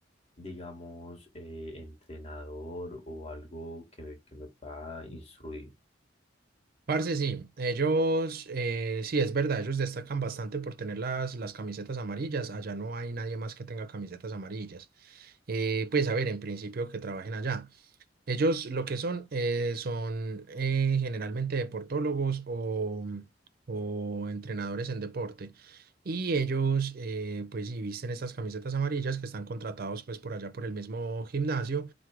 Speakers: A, on the left; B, on the right.
A: digamos, eh, entrenador o algo que, me- que me pueda instruir.
B: Parce, sí, ellos, eh, sí, es verdad, ellos destacan bastante por tener las, las camisetas amarillas. Allá no hay nadie más que tenga camisetas amarillas. Eh, pues a ver, en principio que trabajen allá. Ellos lo que son eh, son eh, generalmente deportólogos o, o entrenadores en deporte. Y ellos eh, pues y visten estas camisetas amarillas que están contratados pues por allá por el mismo gimnasio